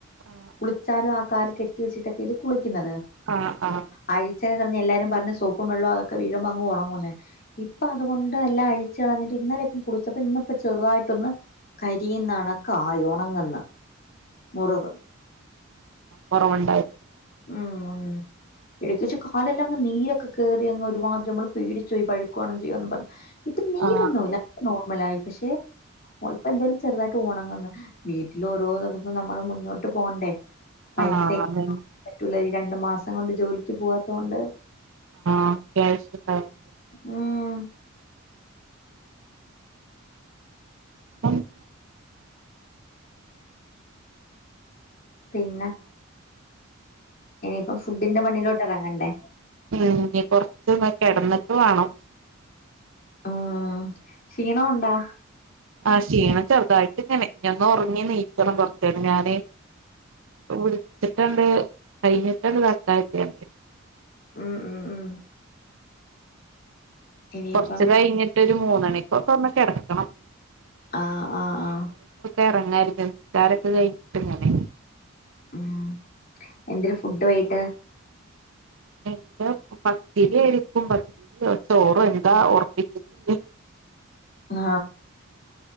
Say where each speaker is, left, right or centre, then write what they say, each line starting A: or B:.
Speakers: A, on the right (about 65°); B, on the left (about 45°).
A: ആഹ്
B: കുളിച്ചാലും ആ കാല്കെട്ടി വെച്ചിട്ടല്ലെ കുള് ന്നത്
A: ആഹ് ആഹ്
B: ആയി <unintelligible> ചെലര് റഞ്ഞ് എല്ലാരും പറഞ്ഞ് സോപ്പും വെള്ളവും അതക്കെ വീഴും അങ്ങ് ഉണങ്ങുന്ന് ഇപ്പൊ അതുകൊണ്ട് എല്ലാം അഴിച്ചു കളഞ്ഞിട്ട് ഇന്നലെ ഇപ്പം കുളിച്ചപ്പ ഇന്നിപ്പോ ചെറുതായിട്ടൊന്ന് കരിയുന്നണക്കായി ഉണങ്ങുന്ന് മുറിവ്
A: കൊറവുണ്ടായി
B: ഉം ഉം എഴുക്കിച്ച കാലെല്ലാം അങ്ങ് നീരൊക്കെ കേറി അങ്ങ് ഒരുപാട് നമ്മൾ പേടിച്ചു പോയി പഴുക്കുകയാണെങ്കി എന്നും പറഞ്ഞ് ഇപ്പൊ നീരൊന്നുല്ല
A: ആഹ്
B: നോർമലായി പക്ഷെ ഇപ്പ എന്തന്ന് വെച്ച ചെറുതായിട്ട് ഉണങ്ങുന്ന് വീട്ടിൽ ഓരോ ദിവസം നമ്മള് മുന്നോട്ട് പോണ്ടേ പൈസെ
A: ആഹ് ആഹ് അതന്നെ
B: <inaudible> പറ്റുലനീ രണ്ടു മാസം കൊണ്ട് ജോലിക്ക് പോവാത്തോണ്ട്
A: ഒക്കെ <unintelligible>
B: ഉം
A: ഉം
B: പിന്ന ഇനിയിപ്പം ഫുഡ്ഡിന്റെ പണിലോ ഇറങ്ങണ്ടേ
A: ഇനിപ്പോ കൊറച്ചന്ന് കിടന്നിട്ട് വേണം
B: ആ ക്ഷീണം ഉണ്ടാ
A: ആ ക്ഷീണം ചെറുതായിട്ട് ഇങ്ങനെ ഇനി ഒന്ന് ഉറങ്ങി ഒന്ന് എഴുനേൽക്കണം കൊറച്ചനേരം ഞാന് വിളിച്ചിട്ടണ്ട് കഴിഞ്ഞിട്ടണ് <unintelligible>
B: ഉം ഉം ഉം ഇനിയിപ്പം
A: കൊറച്ചു കഴിഞ്ഞിട്ട് ഒരു മൂന്നുമണിക്കൊക്കെ ഒന്ന് കെടക്ക <inaudible>
B: ആ ആ ആ
A: എറങ്ങാരുന്നു നിസ്കാരൊക്കെ കഴിഞ്ഞിട്ട് ഇങ്ങനെ
B: ഉം എന്തേര് ഫുഡ്‌ വൈട്ട്?
A: <unintelligible> പത്തിരി ആയിരിക്കും പത്തിരിയോ ചോറോഎന്താ ഉറപ്പിച്ചിട്ട്
B: ആ